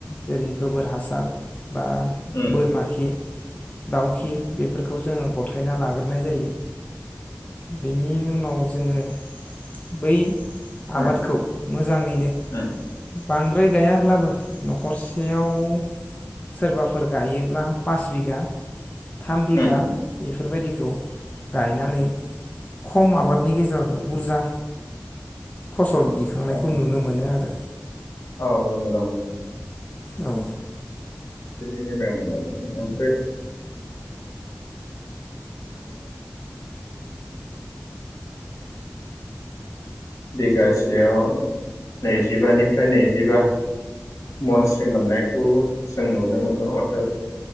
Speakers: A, on the left (about 25°); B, on the left (about 70°).
A: जेरै गोबोर हासार बा
B: उम
A: बोरमा खि दाउखि बेफोरखौ खौ जोङो गथायना लाग्रोनाय जायो बेनि उनाव जोङो बै आबादखौ
B: उम उम
A: मोजाङैनो
B: उम
A: बांद्राय गायाब्लाबो न'खरसेयाव सोरबाफोर गायोब्ला पास बिघा थाम बि बिगा
B: उम
A: बेफोरबायदिखौ गायनानै खम आबादनि गेजेरावनो बुरजा फसल दिखांनायखौ
B: औ
A: नुनो मोनो आरो।
B: औ नांगौ <unintelligible>
A: औ
B: <unintelligible> बिदिनो बिगासे- याव नैजिबानि निफ्राय नैजिबा मनस्रि मोननायखौ जों नुनो मोनो अथो